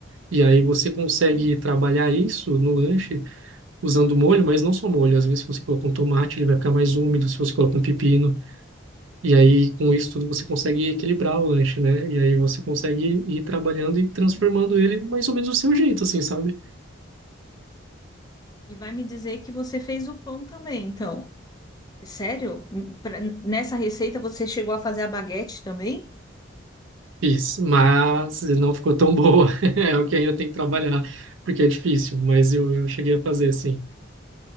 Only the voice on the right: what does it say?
E aí você consegue
trabalhar isso no lanche usando molho, mas não só molho. Às vezes, se você colocar um tomate, ele vai ficar mais úmido. Se você colocar um pepino, e aí com isso tudo você consegue equilibrar o lanche, né? E aí você consegue ir trabalhando e transformando ele mais ou menos do seu jeito, assim, sabe?
Fiz, mas não ficou tão boa. <laughs> É o que ainda tem que trabalhar, porque é difícil, mas eu, eu cheguei a fazer, sim.